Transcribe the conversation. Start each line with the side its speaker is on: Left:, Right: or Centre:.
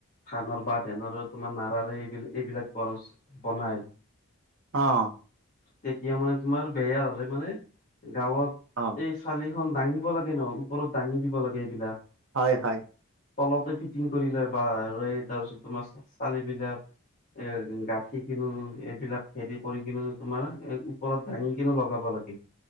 Left: ধানৰ বা ধেনৰ তোমাৰ নাৰাৰে এইবিল এইবিলাক বছ বনাই
Right: অ'।
Left: তেতিয়া মানে তোমাৰ বেয়া হলে মানে গাঁৱত
Right: অ
Left: এই চালিখন দাঙিব লাগে ন, ওপৰত দাঙি দিব লাগে এইবিলাক।
Right: হয় হয়।
Left: তলতে ফিটিং কৰি লয় বা তাৰপিছত তোমাৰ চালিবিলাক এ গাঁঠি কিনো এইবিলাক হেৰি কৰি কিনে তোমাৰ ওপৰত দাঙি কিনে লগাব লাগে।